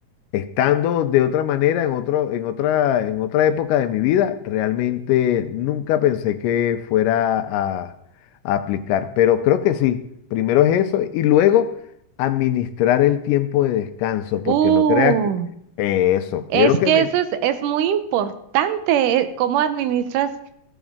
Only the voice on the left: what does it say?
estando de otra manera, en otro, en otra, en otra época de mi vida, realmente nunca pensé que fuera a, a aplicar. Pero creo que sí. Primero es eso y luego administrar el tiempo de descanso,
porque no creas que eso,
quiero que
me...